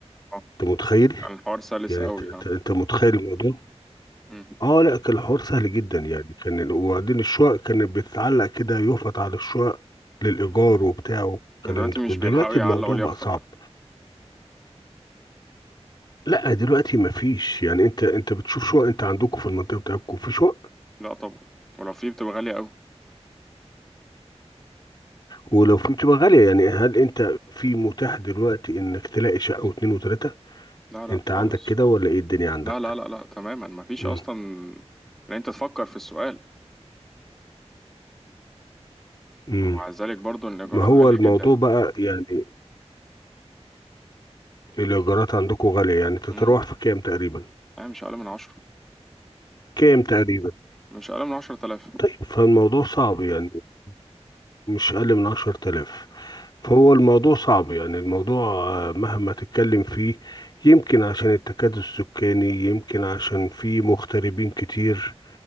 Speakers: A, in the centre; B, on the left.
A: اه
B: أنت متخيل
A: كان الحوار سلس
B: يعني
A: قوي
B: أنت أنت-
A: ها
B: أنت متخيل الموضوع
A: مم.
B: اه لا كان الحوار سهل جدا يعني كان ال- وبعدين الشقق كانت بتتعلق كده يفط على الشقق للإيجار وبتاع والكلام
A: دلوقتي
B: ده كله
A: مش
B: دلوقتي
A: بيلحقوا يعلقوا
B: الموضوع
A: اليافطة
B: بقى صعب
A: بقى
B: لا دلوقتي ما فيش يعني انت انت بتشوف شقق انت عندكم في المنطقه بتاعتكم في شقق
A: لا طبعا ولو في بتبقى غالية قوي
B: ولو في بتبقى غاليه يعني هل انت في متاح دلوقتي انك تلاقي شقه واتنين وتلاته
A: لا لا
B: انت
A: خالص
B: عندك كده ولا ايه الدنيا عندك
A: لا لا لا لا تماما مفيش
B: امم
A: أصلا إن أنت تفكر في السؤال
B: امم
A: ومع ذلك برضو إن الإيجارات
B: ما هو
A: غالية
B: الموضوع
A: جدا
B: بقى يعني الايجارات عندكم غاليه يعني تتراوح
A: مم.
B: في كام تقريبا
A: لا مش أقل من عشرة
B: كام تقريبا
A: مش أقل من عشرة آلاف
B: طيب فالموضوع صعب يعني مش أقل من عشر تلاف فهو الموضوع صعب يعني الموضوع آه، مهما تتكلم فيه يمكن عشان التكدس السكاني يمكن عشان في مغتربين كتير